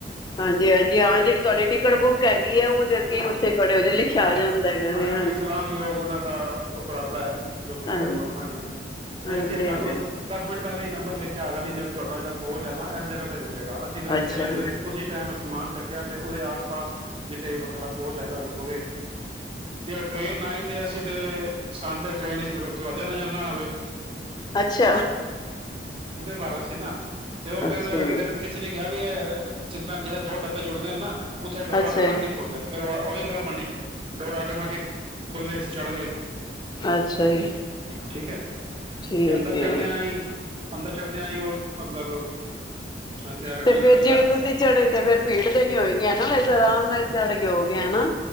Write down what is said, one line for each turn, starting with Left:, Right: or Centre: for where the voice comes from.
Left: ਹਾਂਜੀ ਹਾਂਜੀ ਹਾਂ ਜਿਹੜੀ ਤੁਹਾਡੀ ਟਿਕਟ ਬੁੱਕ ਹੈਗੀ ਹੈ ਉਹ ਤਾਂ ਅੱਗੇ
Right: ਹਾਂ
Left: ਉੱਥੇ ਖੜੇ ਹੋ ਲਿਖਿਆ
Right: ਹਾਂ
Left: ਆ ਜਾਂਦਾ ਹੈਗਾ ਹਾਂਜੀ
Right: ਹਾਂ ਇਹ ਬੜੀ ਸਲਾਨਯੋਗ ਉਹਨਾਂ ਦਾ ਉਪਰਾਲਾ ਹੈ ਜੋ ਕੀਤਾ
Left: ਹਾਂ
Right: ਗੌਰਮੈਂਟ ਨੇ ਤੇ
Left: ਹਾਂਜੀ
Right: ਅਸੀਂ
Left: ਹਾਂਜੀ
Right: ਦਸ ਮਿੰਟ ਪਹਿਲਾਂ ਹੀ ਨੰਬਰ ਲਿਖਿਆ <unintelligible> ਤੁਹਾਡਾ ਜਿਹੜਾ ਕੋਚ ਹੈ ਨਾ ਇਸ ਜਗ੍ਹਾ ਤੇ ਰੁਕ ਜ੍ਹਾ ਅਸੀਂ ਫਿਰ
Left: ਅੱਛਾ
Right: ਸਟੇਸ਼ਨ
Left: ਹਮ
Right: ਤੋਂ ਉਸ ਟਾਈਮ ਸਮਾਨ ਚੱਕਿਆ ਅਤੇ ਉਹਦੇ ਪਾਸ ਜਿੱਥੇ ਸਾਡਾ ਕੋਚ ਹੈਗਾ ਰੁਕ ਗਏ ਤੇ ਟ੍ਰੇਨ ਆਈ ਤੇ ਅਸੀਂ ਤੇ <unintelligible> ਨਜ਼ਰ ਨਾ ਆਵੇ
Left: ਅੱਛਾ
Right: ਭਾਰਾ ਸੀ ਨਾ ਤੇ ਉਹ ਫਿਰ
Left: ਅੱਛਾ
Right: ਫਿਰ ਕਿਸੇ ਨੇ ਕਿਹਾ ਵੀ ਜਿੰਨਾ ਚਿਰ ਦੋ ਡੱਬੇ ਜੁੜ ਗਏ ਨਾ ਉੱਥੇ ਡੋਰ
Left: ਅੱਛਾ
Right: ਆਟੋਮੈਟਿਕ ਖੁਲਦੇ ਫਿਰ ਉਹੀ ਗੱਲ ਬਣੀ ਡੋਰ ਆਟੋਮੈਟਿਕ ਖੁੱਲੇ ਸੀ ਚੜ੍ਹ ਗਏ
Left: ਅੱਛਾ ਜੀ
Right: ਠੀਕ ਹੈ
Left: ਠੀਕ
Right: ਤੇ ਅੰਦਰ
Left: ਹੈ
Right: ਚੜਦਿਆ ਹੀ ਅੰਦਰ ਚੜਦਿਆ ਹੀ ਉਹ ਮਤਲਬ ਅ, ਕਿਆ ਲ-
Left: ਤੇ ਫੇਰ
Right: ਲ-
Left: ਜਿਵੇਂ ਤੁਸੀਂ ਚੜੇ ਤੇ ਫੇਰ ਭੀੜ ਤੇ ਨੀ ਹੋਏਗੀ ਵੈਸੇ ਆਰਾਮ ਨਾਲ ਚੜ੍ਹ ਕੇ ਹੋ ਗਏ ਹਨਾ